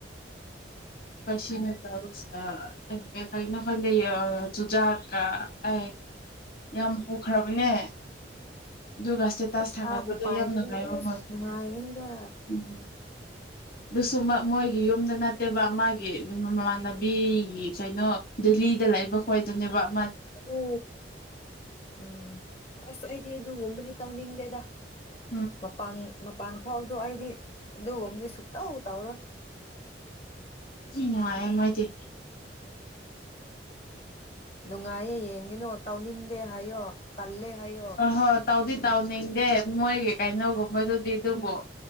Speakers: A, on the left (about 55°); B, on the left (about 35°).
A: ꯄꯁꯤꯅꯠꯇꯁ ꯀꯩꯅꯅ ꯈꯪꯗ ꯆꯨꯖꯥ ꯀꯥ ꯑꯦ ꯌꯥꯝ ꯄꯨꯈ꯭ꯔꯕꯅꯦ ꯑꯗꯨꯒ ꯏꯁꯇꯦꯇꯥꯁ
B: ꯄꯩꯁꯥꯕꯨ
A: ꯊꯥꯒꯠꯄꯗ
B: ꯄꯥꯏꯔꯗꯤ
A: ꯌꯥꯝ ꯅꯨꯡꯉꯥꯏꯕ
B: ꯑꯁ
A: ꯃꯣꯏꯗ
B: ꯅꯨꯡꯉꯥꯏꯒꯅꯤꯗ
A: ꯎꯝ ꯁꯨꯃ ꯃꯣꯏꯒꯤ ꯌꯨꯝꯗ ꯅꯠꯇꯦꯕ ꯃꯥꯒꯤ ꯃꯃꯥꯟꯅꯕꯤ ꯀꯩꯅꯣ ꯗꯦꯜꯂꯤꯗ ꯂꯩꯕ ꯈꯣꯏꯗꯅꯦꯕ
B: ꯎ ꯎꯝ ꯑꯁ ꯑꯩꯗꯤ ꯑꯗꯨꯒꯨꯝꯕꯗꯤ ꯇꯧꯅꯤꯡꯗꯦꯗ
A: ꯎꯝ
B: ꯃꯄꯥꯟ ꯃꯄꯥꯟ ꯊꯣꯛꯥꯎꯎꯗꯣ ꯑꯩꯗꯤ ꯑꯗꯨꯒꯨꯝꯕꯗꯤ ꯁꯨꯇꯥꯎ ꯇꯧꯔꯣꯏ
A: ꯎꯅꯨꯡꯉ ꯃꯥꯏꯗꯤ
B: ꯅꯨꯡꯉꯥꯏꯌꯦ ꯌꯦꯡꯒꯤꯅꯣ ꯇꯧꯅꯤꯡꯗꯦ ꯍꯥꯏꯌꯣ ꯇꯜꯂꯦ ꯍꯥꯏꯌꯣ
A: ꯍ ꯍꯣꯏ ꯇꯥꯎꯗꯤ ꯇꯥꯎꯅꯤꯦ ꯃꯣꯏꯒꯤ ꯀꯥꯏꯩꯅꯣꯒꯨꯝꯕꯗꯨꯗꯤ ꯑꯗꯨꯕꯨ
B: ꯎꯝ